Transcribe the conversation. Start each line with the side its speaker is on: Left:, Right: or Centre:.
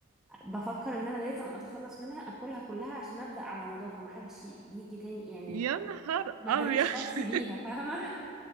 Centre: بفكر ان انا لازم اتخلص منها اكلها كلها عشان ابدا على نظافه ما حدش يجي تاني يعني
Right: يا نهار
Centre: ما
Right: ابيض
Centre: اغريش
Right: <laughs>
Centre: نفسي بيها فاهمه